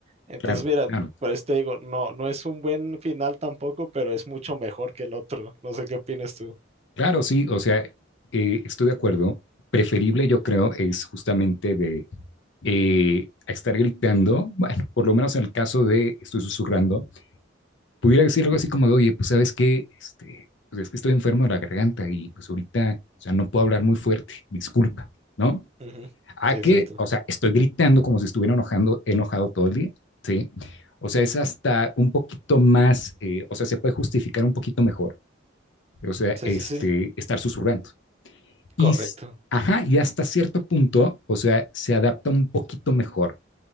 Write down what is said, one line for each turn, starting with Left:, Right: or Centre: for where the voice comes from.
Right: Entonces,
Left: claro,
Right: mira,
Left: claro.
Right: por esto digo, no, no es un buen final tampoco, pero es mucho mejor que el otro. No sé qué opinas tú.
Left: Claro, sí, o sea, eh, estoy de acuerdo. Preferible, yo creo, es justamente de eh, estar gritando, bueno, por lo menos en el caso de estoy susurrando, pudiera decir algo así como de, oye, pues sabes qué, este, pues es que estoy enfermo de la garganta y pues ahorita, o sea, no puedo hablar muy fuerte, disculpa, ¿no?
Right: Ujú,
Left: A
Right: Exacto.
Left: que, o sea, estoy gritando como si estuviera enojando, enojado todo el día, ¿sí? O sea, es hasta un poquito más, eh, o sea, se puede justificar un poquito mejor, o sea,
Right: Sí,
Left: este,
Right: sí, sí.
Left: estar susurrando. Y,
Right: Correcto.
Left: ajá, y hasta cierto punto, o sea, se adapta un poquito mejor